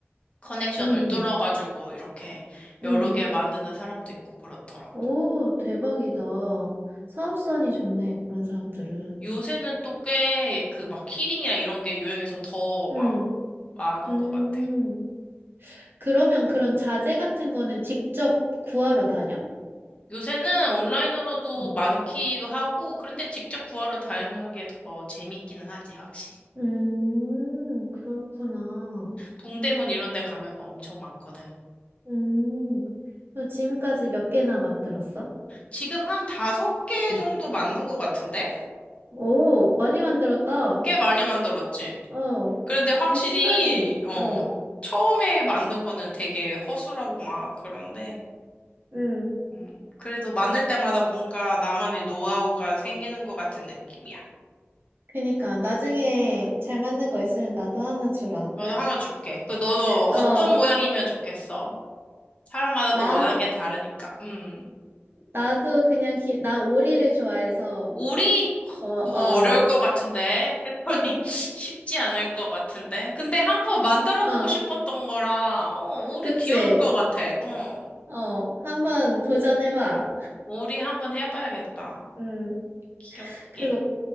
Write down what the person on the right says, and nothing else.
응.
응.
응.
오, 대박이다. 사업성이 좋네, 그런 사람들은.
응.
음.
그러면 그런 자재 같은 거는 직접 구하러 다녀?
응.
음, 그렇구나.
음. 그럼 지금까지 몇 개나 만들었어?
어.
오, 많이 만들었다.
어.
근데 시간이,
어.
음.
그니까, 나중에 잘 맞는 거 있으면 나도 하나 주라.
<laughs> 어.
나?
나도 그냥 기, 난 오리를 좋아해서,
어, 어,
어,
그치?
어, 한번 도전해봐.
음,
그리고